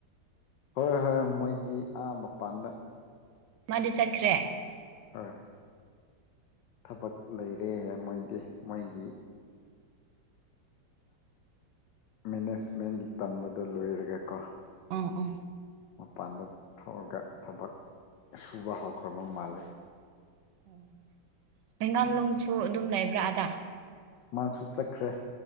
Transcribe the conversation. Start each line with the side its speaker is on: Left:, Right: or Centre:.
Left: ꯍꯣꯏ ꯍꯣꯏ ꯃꯣꯏꯗꯤ ꯑꯥ ꯃꯄꯥꯟꯗ
Right: ꯃꯥꯗꯤ ꯆꯠꯈ꯭ꯔꯦ
Left: ꯍꯣꯏ ꯊꯕꯛ ꯂꯩꯔꯦ ꯃꯣꯏꯗꯤ ꯃꯣꯏꯒꯤ ꯃꯦꯅꯦꯖꯃꯦꯟꯒꯤ ꯇꯝꯕꯗꯣ ꯂꯣꯏꯔꯒꯀꯣ
Right: ꯑ ꯑ
Left: ꯃꯄꯥꯟꯗ ꯊꯣꯛꯑꯒ ꯊꯕꯛ ꯁꯨꯕ ꯍꯧꯈ꯭ꯔꯕ ꯃꯥꯂꯦ
Right: ꯑꯣ ꯍꯩꯒꯥꯝꯂꯅꯨꯡꯁꯨ ꯑꯗꯨꯝ ꯂꯩꯕ꯭ꯔꯥ ꯀꯨꯠꯇꯇꯥ
Left: ꯃꯥꯁꯨ ꯆꯠꯈ꯭ꯔꯦ